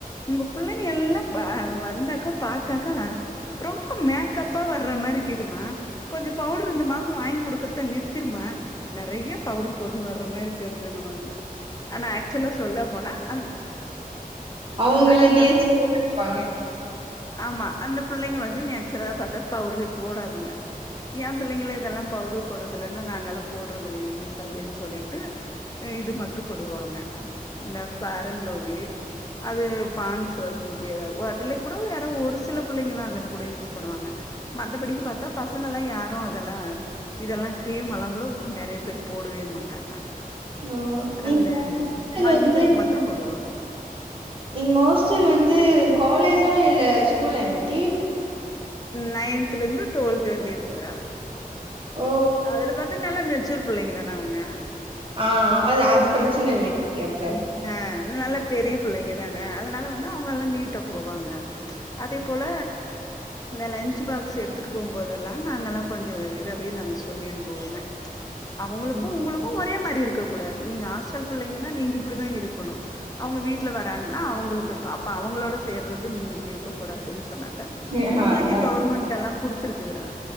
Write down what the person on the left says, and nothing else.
உங்க புள்ளைங்க எல்லா பா வந்தாக்கா பாத்தாக்கா ரொம்ப மேக் கப்பா வர்ற மாரிக்குதுமா கொஞ்சோ பவுடர் இந்த மாசோ வாங்கி குடுக்கறத நிறுத்திருமா நெறையா பவ்ட்ரு போட்டுன்னு வர்ற மாரி தெருதுன்னுவாங்க ஆனா ஆக்சுவலா சொல்ல போனா அந்
ஆனா அந்த
ஆமா அந்த பிள்ளைங்க வந்து நேச் சுரலா பாத்தா பவ்ரே போடாதுங்க ஏ பிள்ளைங்கள இதெல்லா பவுடரு போடுறதுலன்னா நாங்க எல்லா போடுறது இல்லைங்க மிஸ் அப்டின்னு சொல்லீட்டு இது மாத்துரு போடுவாங்க இந்த ஃபேரன் லவ்லி அது பான்ஸ் ஒய்ட் பியூட்டி அதுலயே கூட வேற ஒரு சில பிள்ளைங்கதா அதுல கூட யூஸ் பண்ணுவாங்க மத்தபடிக்கு பாத்தா பசங்க எல்லா யாரு அதெல்லா இதெல்லா கிரீம் எல்லா கூட நெறயா பேர் போடவே மாட்டாங்க
அந்த
மஞ்சள்
மத்தரோ போடுவா
நயன்துல இருந்து டுவல்து வரேலு இருக்குதுறா
அதுல பாத்தா நல்லா மெச்சூர் பிள்ளைங்க தான அவங்க
ஆ நல்லா பெரிய பிள்ளைங்க தான அதனால வந்து அவங்க எல்லா நீட்டா போவாங்க அதே போல இந்த லஞ்ச்சுபாக்ஸ் எடுத்துட்டு போம்போதெல்லா நாங்க எல்லா கொஞ்சோ இதா வேர்த்து நாங்க சொல்லி அனுப்புவோங்க அவுங்களுக்கு
உங்குளுக்கு ஒரே மாரி இருக்க கூடாது நீங்க ஹாஸ்டல் பிள்ளைங்கனா நீங்க இப்பிடிதா இருக்குணு அவுங்க வீட்ல வராங்கனா அவுங்களுக்கு இருக்கு அப்ப அவுங்களோட சேர்றது நீங்க இப்டி இருக்க கூடா துன் சொன்னாக்கா
இவுங்குளுக்கே
கவுர்மண்ட் எல்லா குடுத்துருக்குதுடா